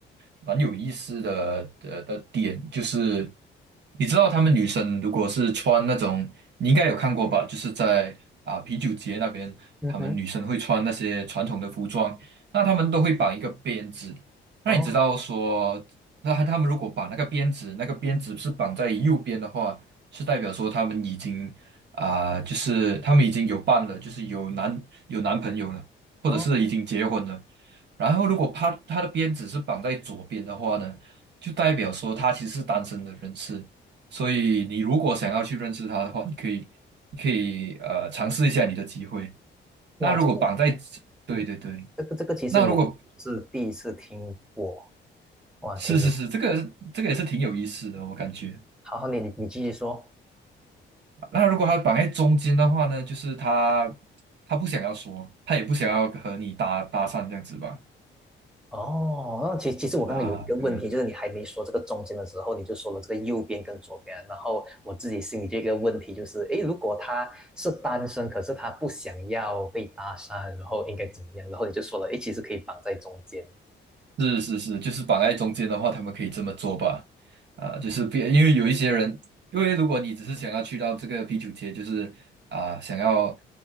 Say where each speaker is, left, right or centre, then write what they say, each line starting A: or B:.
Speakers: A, on the right; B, in the centre.
A: 蛮有意思的的的点，就是你知道他们女生如果是穿那种，你应该有看过吧？就是在啊啤酒节那边，
B: 嗯哼，
A: 他们女生会穿那些传统的服装，那他们都会绑一个辫子。
B: 哦
A: 那你知道说，那他他们如果绑那个辫子，那个辫子是绑在右边的话，是代表说他们已经啊、就是他们已经有伴了，就是有男有男朋友了，或者是已经结婚了。
B: 哦，
A: 然后，如果他他的鞭子是绑在左边的话呢，就代表说他其实是单身的人士。所以，你如果想要去认识他的话，你可以你可以呃尝试一下你的机会。那如果绑在，
B: 哇，这个
A: 对对对，
B: 嗯，这个这个其实我是第一次听过，
A: 那如果
B: 哇，
A: 是是是，
B: 听，挺
A: 这个这个也是挺有意思的，我感觉。
B: 好好，你你你继续说。
A: 那如果他绑在中间的话呢，就是他他不想要说，他也不想要和你搭搭讪这样子吧？
B: 哦，那其其实我刚刚有一个问题，
A: 啊，对，
B: 就是你还没说这个中间的时候，你就说了这个右边跟左边，然后我自己心里这个问题，就是诶，如果他是单身，可是他不想要被搭讪，然后应该怎么样？然后你就说了，诶，其实可以绑在中间。
A: 是是是，就是绑在中间的话，他们可以这么做吧？啊，就是别，
B: 嗯，
A: 因为有一些人，因为如果你只是想要去到这个啤酒节，就是啊、想要